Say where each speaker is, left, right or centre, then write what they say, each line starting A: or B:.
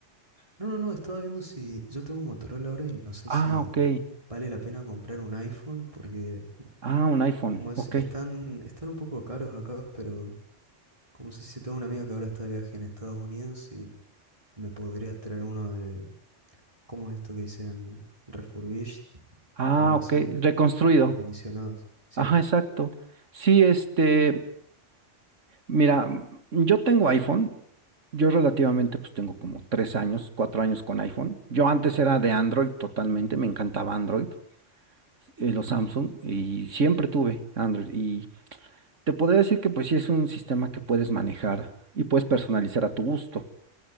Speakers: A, on the right; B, on the right.
A: no, no, no, estaba viendo si yo tengo un Motorola ahora y no sé
B: Ah,
A: si
B: ok.
A: vale la pena comprar un iPhone, porque
B: Ah, un iPhone,
A: como es,
B: ok.
A: están, están un poco caros acá, pero como sé si tengo una amiga que ahora está de viaje en Estados Unidos y me podría traer uno de, ¿cómo es esto que dicen? Refurbished
B: Ah,
A: o algo
B: ok.
A: así,
B: Reconstruido.
A: reacondicionados. Sí.
B: Ajá, exacto. Sí, este, mira, mm, yo tengo iPhone, yo relativamente pues tengo como tres años, cuatro años con iPhone. Yo antes era de Android totalmente, me encantaba Android, eh, los Samsung, y siempre tuve Android. Y te podría decir que pues sí es un sistema que puedes manejar y puedes personalizar a tu gusto.